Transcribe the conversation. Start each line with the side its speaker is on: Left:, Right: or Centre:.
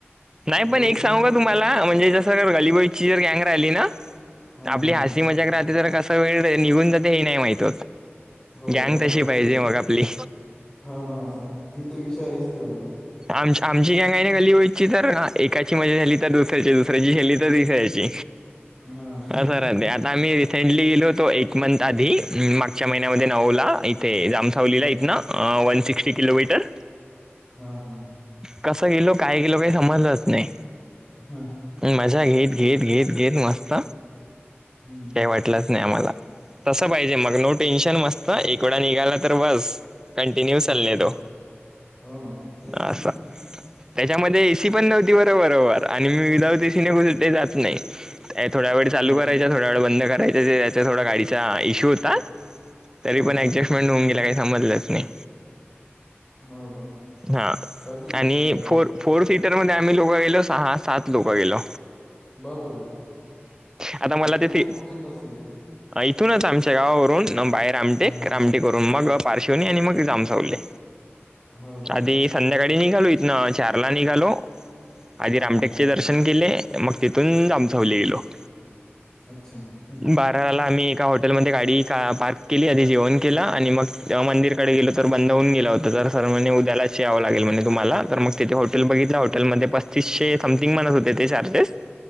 Right: नाही पण
Left: दोन
Right: एक सांग का तुम्हाला म्हणजे जसं गलबाईची जर गँंग राहिली ना
Left: हां
Right: आपली
Left: हां
Right: हास्य मजाक राहते तर कसा वेळ निघून जाते हे नाही माहित
Left: हो
Right: गैगन
Left: वाहतच
Right: तशी पाहिजे
Left: जाते
Right: मग आपली
Left: हो ना हो ना ते तर विषय आहेच तेवढा
Right: आम आमची का काा नाही गली होई तर एकाची मजा झाली तर दुसऱ्या दुसऱ्याची झेली तर तिसऱ्याची
Left: हां
Right: अस ते आता आम्ही रिसेंटली गेलो होतो एक मंथ आधी मागच्या महिन्यामध्ये नवला इथे जामसावलीला इथ नां वन सिक्स्टी किलोमीटर
Left: हा हा
Right: कसं गेलो काय गेलो काही समजलंच नाही
Left: हा
Right: मझा घेत घेत घेत घेत मस्त
Left: हम्म.
Right: काही वाटलंच नाही आमला तस पाहिजे मग नो टेन्शन मस्त ह एकवडा निघाला तर बस कंटिन्यू
Left: हो
Right: चालणे तो
Left: हो ना तेच
Right: अससाा त्याच्यामध्ये एसी पण नव्हती बरोबरोबर आणि मी विदाऊट एसी न कुठे जात नाही थोड्या वेळ चालू
Left: हो
Right: करायच्या
Left: का
Right: थोड्या वेळ बंद करायच्या त्याचा थोडा गाडीचा इश्यू होता तरी
Left: हां
Right: पण
Left: हां
Right: ऍडजस्टमेंट होऊन गेला काही समजलंच नाही
Left: हो का
Right: हा
Left: बाकी
Right: आणि
Left: अ,
Right: फोर फोर सीटरमध्येध्ये आम्ही लोक गेलो सहा सात लोक गेलो
Left: बापरे
Right: आता मला तेथे
Left: कोचून कोचून बसलेत
Right: इथूनच आमच्या गावावरून बाहे रामटेक
Left: हां हां
Right: रामटेकरून मग पार्शवनी आणि मग जाम सवले
Left: हो का
Right: आधी संध्याकाळी निघालो इथन चारला निघालो आधी
Left: हां
Right: रामटेकचे
Left: हां
Right: जर दर्शन केले मग तेिथून आमचावले गेलो
Left: अच्छा ह
Right: बाराला आम्ही एका हॉटेलमध्येध्ये गाडी पार्क केली आध जेवण केला आणि मग मंदिर गेलो तर बंद होऊन गेला होता तर सर्वांनी त्यालाच यावं लागेल म्हणे तुम्हाला तर मग तिथे हॉटेल बघितलं होटेलमध्ये पस्तीसशे समथिंग म्हणत होते ते चार्जेस